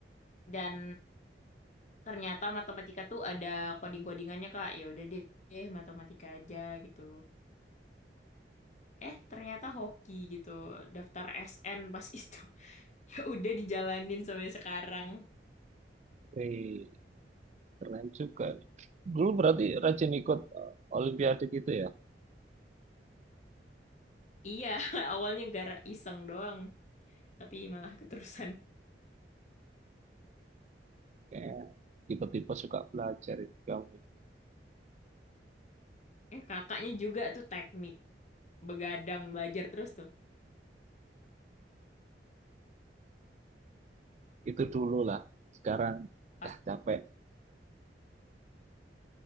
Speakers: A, on the left; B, on the right.
A: dan ternyata matematika tuh ada coding-codingannya Kak. Ya udah deh, eh, matematika aja gitu. Eh, ternyata hoki gitu. Daftar SN pas itu. <laughs> Ya udah dijalanin sampai sekarang.
B: oke keren juga dulu berarti rajin ikut eh, olimpiade gitu ya
A: Iya, <laughs> awalnya gara iseng doang, tapi malah keterusan.
B: kayak tipe-tipe suka belajar ini kamu
A: Eh, kakaknya juga tuh teknik begadang belajar terus tuh.
B: itu dulu lah sekarang
A: Pas
B: dah capek